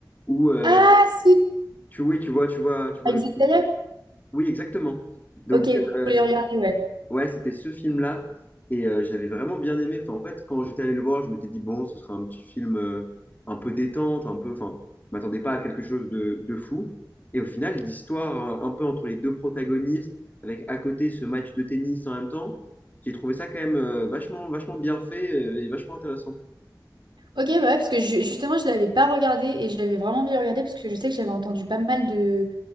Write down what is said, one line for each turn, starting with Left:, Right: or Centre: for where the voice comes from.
Left: où euh,
Right: Ah, si!
Left: tu, oui, tu vois, tu vois, tu vois
Right: Avec
Left: le
Right: Zendaya?
Left: film. Oui, exactement. Donc,
Right: Ok,
Left: euh,
Right: faut les regarder, ouais.
Left: Ouais, c'était ce film-là. Et euh, j'avais vraiment bien aimé. Enfin, en fait, quand j'étais allé le voir, je m'étais dit, bon, ce sera un petit film euh, un peu détente, un peu. Enfin, je m'attendais pas à quelque chose de, de fou. Et au final, l'histoire euh, un peu entre les deux protagonistes, avec à côté ce match de tennis en même temps, j'ai trouvé ça quand même euh, vachement, vachement bien fait euh, et vachement intéressant.
Right: Ok, bah ouais, parce que ju- justement, je l'avais pas regardé et j'avais vraiment envie de le regarder parce que je sais que j'avais entendu pas mal de